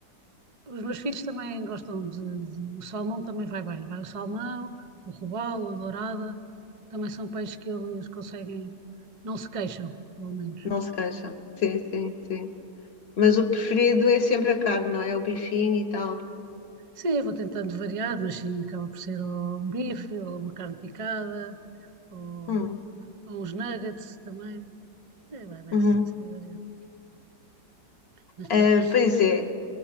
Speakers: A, on the right (about 40°); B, on the left (about 45°).
A: Os meus filhos também gostam de, de- O salmão também vai bem. Vai o salmão, o robalo, a dourada. Também são peixes que eles conseguem. Não se queixam, pelo menos.
B: não se queixa. Sim, sim, sim. Mas o preferido é sempre a carne, não é? O bifinho e tal.
A: Sim, vou tentando variar, mas sim, acaba por ser ou um bife, ou uma carne picada, ou,
B: Hum,
A: ou uns nuggets também. É, vai, vai
B: uhum.
A: ser assim variando. Mas pronto,
B: Ah,
A: mas.
B: pois é.